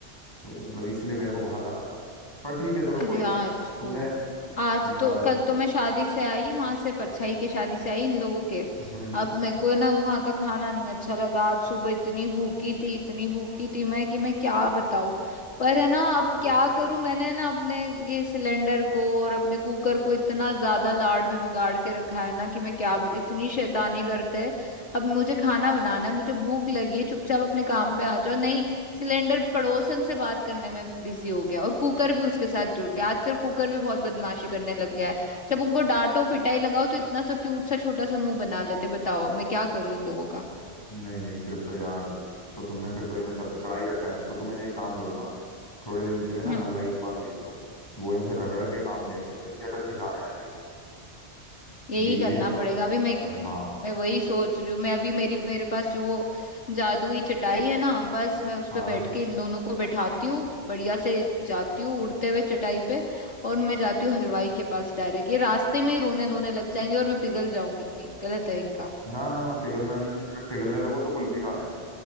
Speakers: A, on the left (about 20°); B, on the left (about 80°).
A: तो मतलब इसलिए मेरे को वहां जाना था पर ठीक है चलो
B: अरे
A: कोई
B: आज
A: नहीं तुमने
B: तो आज
A: अ,
B: तो कल तो मैं शादी से आई वहां से परछाई के शादी से आई इन लोगों के
A: हम्म
B: अब मेरे को ना वहां का खाना नहीं अच्छा लगा आज सुबह इतनी भूखी थी इतनी भूखी थी मैं कि मैं क्या बताऊं पर है ना अब
A: हम्म
B: क्या करूं मैंने ना अपने ये सिलेंडर को और अपने कुकर को इतना ज्यादा लाड़ में बिगाड़ के रखा है ना कि मैं क्या बता इतनी शैतानी करते हैं अब मुझे खाना बनाना है मुझे भूख लगी है चुपचाप अपने काम पे आ जाओ नहीं सिलेंडर पड़ोसन से बात करने में बिजी हो गया और कुकर भी उसके साथ जुड़ गया आजकल कुकर भी बहुत बदमाशी करने लग गया है जब उनको डांटो पिटाई लगाओ तो इतना सा क्यूट सा छोटा सा मुंह बना लेते बताओ अब मैं क्या करूं इन लोगों का
A: नहीं नहीं फिर तो यार तो तुमने फिर तो इन्हें सर पे चढ़ा ही रखा है तो तुम इन्हें एक काम करो ना थोड़े दिन के लिए ना
B: हम्म
A: हलवाई के पास भेज दो वो इनसे रगड़ के काम लेगा तो इनकी अकल ठिकाने आ जाएगी
B: यही
A: यही
B: करना
A: है इनको
B: पड़ेगा अभी मैं
A: हाँ
B: मैं, मैं वही सोच रही हूँ मैं अभी मेरी मेरे पास जो वो जादुई चटाई है ना बस मैं उस
A: हाँ
B: पे बैठ के इन दोनों को बैठाती हूँ बढ़िया से जाती हूँ उड़ते हुए चटाई पे और मैं जाती हूँ हलवाई के पास डायरेक्ट ये रास्ते में ही रोने धोने लग जाएंगे और मैं पिघल जाऊंगी गलत है इनका
A: ना ना ना पिघलना नहीं है अगर पिघलने लगो तो कुल्फी खा लेना